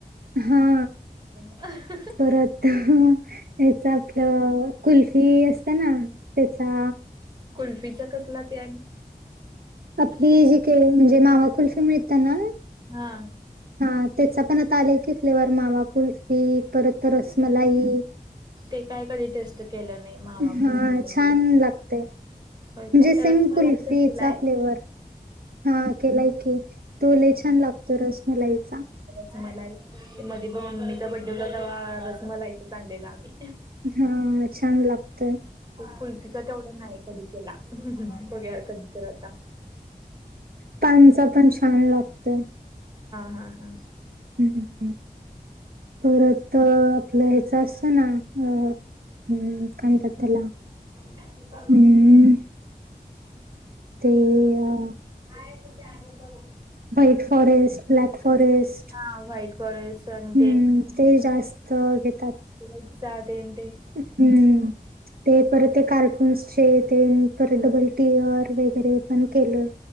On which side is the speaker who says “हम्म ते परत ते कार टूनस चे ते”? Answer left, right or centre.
Right